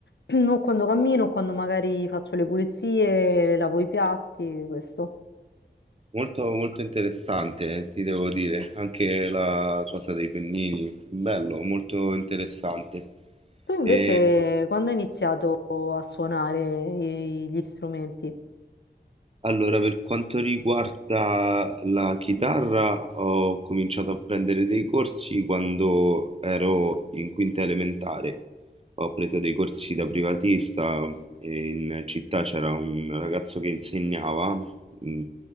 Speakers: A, on the left (about 75°); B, on the right (about 35°).
A: <clears throat> o quando cammino, o quando magari faccio le pulizie, lavo i piatti, questo.
B: Molto, molto interessante, eh, ti devo dire. Anche la cosa dei pennini, bello, molto interessante.
A: Tu invece,
B: E
A: quando hai iniziato a suonare i- gli strumenti?
B: allora, per quanto riguarda la chitarra, ho cominciato a prendere dei corsi quando ero in quinta elementare. Ho preso dei corsi da privatista e in città c'era un ragazzo che insegnava, mm,